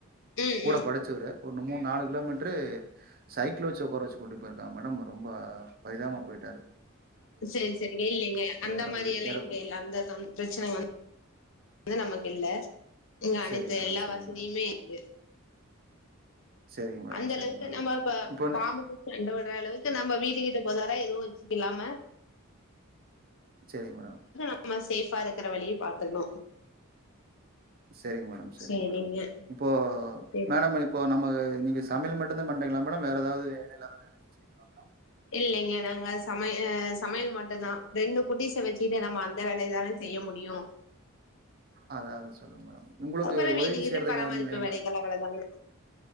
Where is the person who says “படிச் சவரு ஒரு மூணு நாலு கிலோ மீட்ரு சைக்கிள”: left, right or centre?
Right